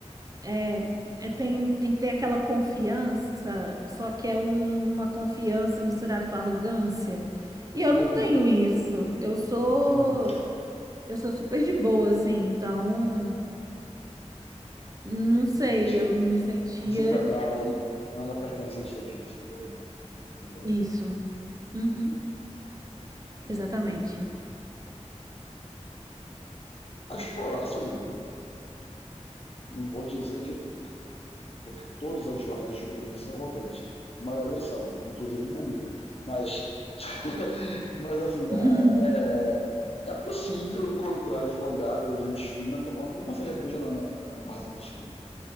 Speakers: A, on the right; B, on the left.
A: É, é, tem, tem que ter aquela confiança, só que é um- uma confiança misturada com arrogância. E eu
B: Hum,
A: não tenho isso. Eu sou,
B: Hum,
A: eu sou super de boa, assim, então não sei,
B: entendi.
A: eu me sentia
B: Não se enquadrava, não era pertencente daquilo, assim, entende? Entende? Sei qual
A: isso.
B: é.
A: Uhum, exatamente.
B: Entendi. Mas, pô, assim, não vou dizer que, pô, que todos os advogados que eu conheço são arrogantes. A maioria são, inclusive minha amiga. Mas, <laughs> mas assim,
A: <laughs>
B: é, é é possível encontrar advogado, gente fina, tomando uma cerveja na, na, na- no barzinho da esquina.